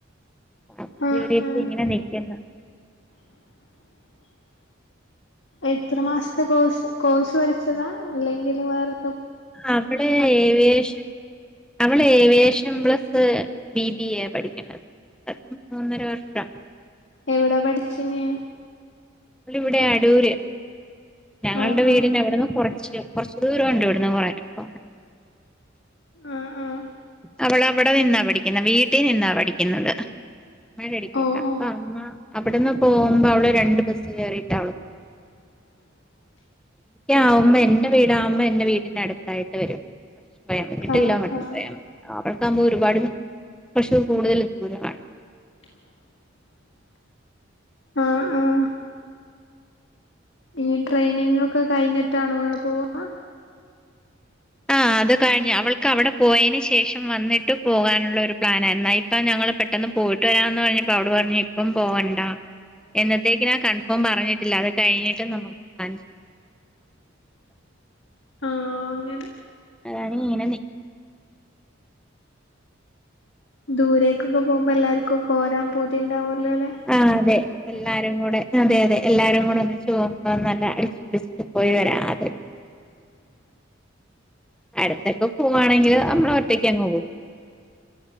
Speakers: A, in the centre; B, on the left.
A: <unintelligible>
B: ആഹ് ആഹ്
A: ഇങ്ങനെ നക്കന്ന്
B: <inaudible> എത്ര മാസത്തെ കോഴ്സ് കോഴ്സ് പഠിച്ചതാ അല്ലെങ്കിൽ വേറെ
A: അവിടെ ഏവിയേഷൻ അവള് aviation plus B B A പഠിക്കണ്ടത് മൂന്നര വർഷം
B: എവിടെ പഠിച്ച്നീ
A: നമ്മളിവിടെ അടൂര് ഞങ്ങളുടെ
B: ആഹ്
A: വീടിന്റെ
B: ആഹ്
A: അവിടന്ന് കുറച്ച് കൊറച്ച് ദൂരം ഉണ്ട് ഇവിടന്ന് കുറച്ച് പോ
B: ആഹ് ആഹ്
A: അവളവിടെ നിന്നാ പഠിക്കുന്ന വീട്ടിൽ നിന്നാ പഠിക്കുന്നത് അമ്മയുടെ അടിക്കല്ല
B: ഓഹ് ഓഹ്
A: അപ്പ അമ്മ അവിടെന്ന് പോകുമ്പോ അവള് രണ്ട് ബസ് കയറിട്ടാ അവള് പോന്നത്
B: <inaudible>
A: എനിക്ക് ആവുമ്പ എന്റെ വീട് ആവുമ്പ എന്റെ വീടിന്റെ അടുത്തായിട്ട് വരും യാ മതി എട്ട്
B: ആഹ്
A: കിലോമീറ്റർ
B: ആഹ്
A: പോയാൽ മതി അവർക്കാവുമോ ഒരുപാട് പക്ഷ കൂടുതൽ ദൂരമാണ്
B: <inaudible> ആഹ് ആഹ് ഇനി ട്രെയിനിങ്ങ് ഒക്കെ കഴിഞ്ഞിട്ടാണോ അങ്ങ് പോവാ <inaudible>
A: ആഹ് അത് കഴിഞ്ഞ് അവൾക്ക് അവിടെ പോയതിന് ശേഷം വന്നിട്ട് പോകാനുള്ളൊരു പ്ലാനായിരുന്നു ഇപ്പം ഞങ്ങൾ പെട്ടെന്ന് പോയിട്ട് വരാന്ന് പറഞ്ഞപ്പം അവള് പറഞ്ഞ് ഇപ്പം പോവണ്ട എന്നത്തേക്കിനാ കൺഫേം പറഞ്ഞിട്ടില്ല അത് കഴിഞ്ഞിട്ട് നമുക്ക് പ്ലാൻ ചെയ്യ
B: <inaudible> അങ്ങനെ
A: അതാണ് ഇങ്ങനെ നിക്ക്
B: ദൂരേക്കൊക്കെ പോകുമ്പോ
A: പിന്നെ
B: എല്ലാർക്കും പോരാൻ പൂതി ഉണ്ടാവൂലോ അല്ലെ
A: ആ അതെ എല്ലാരും കൂടെ അതെ അതെ എല്ലാരും കൂടെ ഒന്ന് ചുവന്നല്ല അടിച്ചുപടിച്ചിട്ട് പോയി വരാം അതെ
B: <inaudible>
A: അടുത്തൊക്കെ പോുവാണെങ്കില് നമ്മള ഒറ്റയ്ക്ക് അങ്ങ് പോകും